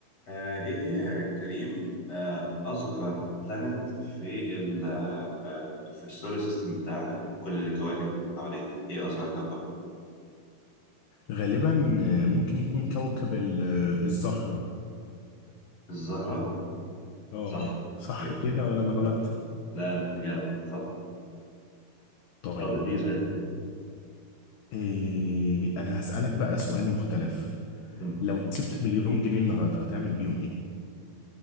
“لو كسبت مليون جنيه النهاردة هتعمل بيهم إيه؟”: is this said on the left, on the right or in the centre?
Left